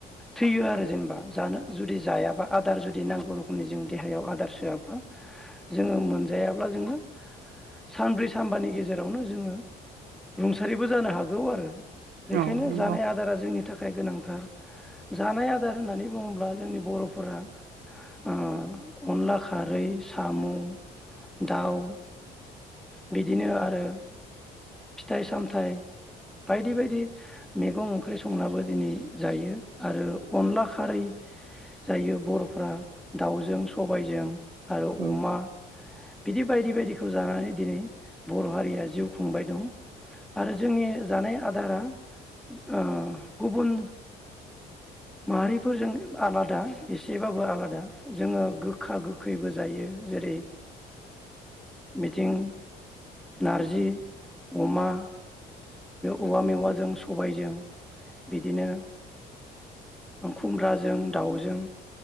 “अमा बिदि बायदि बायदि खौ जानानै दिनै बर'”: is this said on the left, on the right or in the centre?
Centre